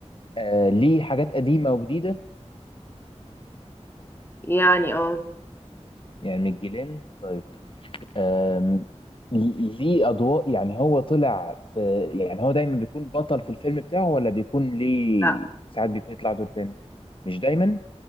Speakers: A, on the left; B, on the left.
A: آه ليه حاجات قديمة وجديدة
B: يعني اه
A: يعني من الجيلين طيب آم ليه أضواء يعني هو طلع في يعني هو دايما بيكون بطل في الفيلم بتاعه ولا بيكون ليه
B: لا
A: ساعات بيكون يطلع دور تاني مش دايما